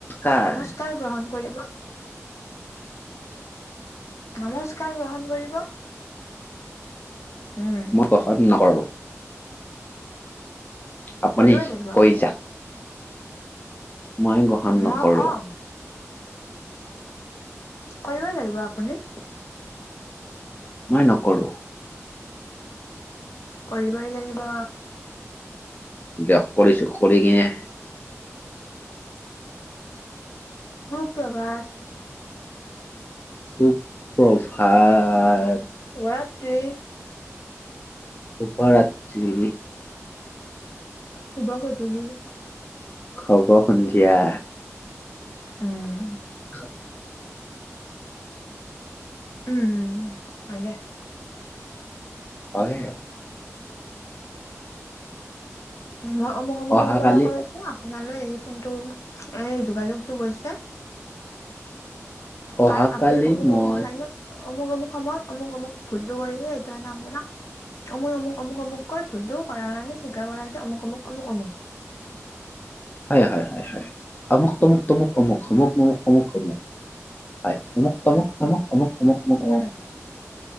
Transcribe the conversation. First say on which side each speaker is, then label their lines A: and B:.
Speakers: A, on the left; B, on the left.
A: কাৰ
B: নমস্কাৰ গ্ৰহণ কৰিব। নমস্ কাৰ গ্ৰহণ কৰিব। উম
A: মই <unintelligible> নকৰো। আপুনি
B: কৰিবই লাগিব
A: কৈ
B: আপুনি।
A: যাক মই গ্ৰহণ
B: মই
A: নকৰোঁ।
B: কম কৰিবই লাগিব আপুনি।
A: মই নকৰোঁ।
B: কৰিবই লাগিব।
A: দিয়ক কৰিছো কৰি কিনে
B: সুপ্ৰভাত।
A: সু প্ৰভাত।
B: শুভৰাত্ৰি।
A: শুভৰাত্ৰি।
B: শুভ গধূলি।
A: শুভ সন্ধিয়া।
B: উম।
A: <inaudible>
B: উম, হয়দে।
A: হয়ে।
B: মই অমুক অমুকৰৰ
A: অহাকালি
B: পৰা কৈ আছো, আপোনালৈ এই ফোনটো এই যোগাযোগটো গৈছে।
A: অহাকালি
B: কাৰণ আপুনি অমুক-অমুক
A: মই
B: টাইমত অমুক -অমুক সময়ত অমুক-অমুক ভুলটো কৰিছে, সেইটো কাৰণে আপৰা অমুক- অমুক অমুক অমুকৈ ভুলটো কৰাৰ কাৰণে স্বীকাৰ কৰা হৈছে অমুক অমুক-অমুক - অমুক।
A: হয় হয়- হয়-হয়। অমুক তমুক- তমুক অমুক অমুক-অমুক অমুক হয় অমুক তমুক। তমোক অমোক।
B: উম
A: <unintelligible>